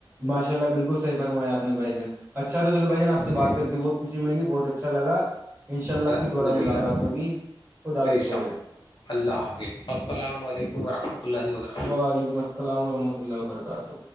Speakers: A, on the right; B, on the left.
A: ماشاء اللہ بالکل صحی فرمایا اپنے بھائی دن اچھا تو چو بائین آ سے
B: جی
A: بات کر کے بہت خوش ملی بہت اچھا لگ انشاء اللہ
B: الحمد
A: پھر دوبارہ
B: للہ
A: ملاقات ہوگی خدا
B: بے
A: حافظ بھائی
B: شک
A: جان
B: اللہ حافظ السلام علیکم و رحمۃ اللہ و برکاتہ
A: وعلیکم السلام ورحمۃ اللہ وبرکاتہ